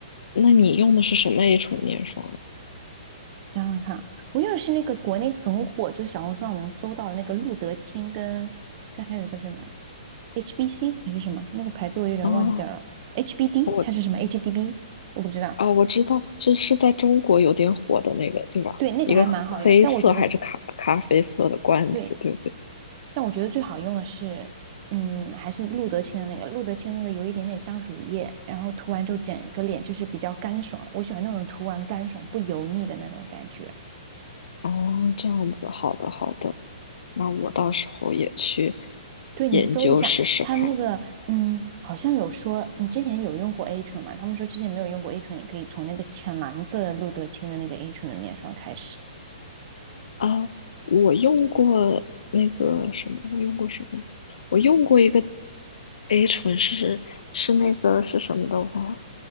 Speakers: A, on the left; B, on the right.
A: 那你用的是什么 A 醇面霜呀？
B: 想想看，我用的是那个国内很火，就是小红书上能搜到的那个露得清跟跟还有一个什么 HBC 还是什么那个牌子，我有点忘记掉了，HBD
A: 啊，我
B: 还是什么 HDB，我不知道。
A: 啊，我知道，是是在中国有点火的那个，对吧？
B: 对，那个还蛮好用，
A: 一个黑色还是咖咖啡色的罐子，
B: 但我觉得对
A: 对不对？
B: 但我觉得最好用的是，嗯，还是露得清的那个，露得清那个有一点点像乳液，然后涂完之后整个脸就是比较干爽我喜欢那种涂完干爽不油腻的那种感觉。
A: 哦，这样子，好的好的，那我到时候也去
B: 对，你搜一下，
A: 研究试试看
B: 它那个，嗯，好像有说你之前有用过 A 醇嘛？他们说之前没有用过 A 醇，你可以从那个浅蓝色的露得清的那个 A 醇的面霜开始，
A: 啊。我用过那个什么，我用过什么？我用过一个 A 醇是是那个是什么的？我想想，